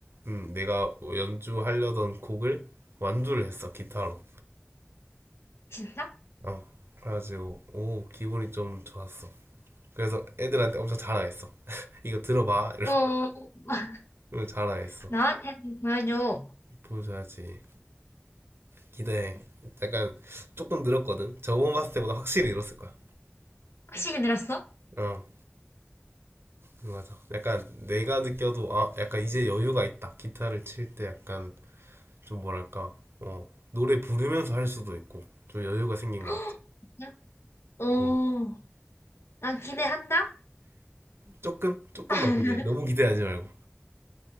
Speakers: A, on the right; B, on the left.
A: 음, 내가 연주하려던 곡을 완주를 했어, 기타로.
B: 진짜?
A: 어, 그래가지고, 오, 기분이 좀 좋았어. 그래서 애들한테 엄청 자랑했어. <laughs> 이거 들어봐.
B: 어. <laughs>
A: 이러면 자랑했어.
B: 나한테 보여줘.
A: 보여줘야지. 기대해. 약간 조금 늘었거든. 저번 봤을 때보다 확실히 늘었을 거야.
B: 확실히 늘었어?
A: 어. 맞아. 약간 내가 느껴도 아, 약간 이제 여유가 있다. 기타를 칠 때 약간 좀 뭐랄까, 어, 노래 부르면서 할 수도 있고 좀 여유가 생긴
B: <gasps>
A: 것 같아.
B: 진짜? 오.
A: 음.
B: 난 기대한다.
A: 조금 조금만
B: <laughs>
A: 기대. 너무 기대하지 말고.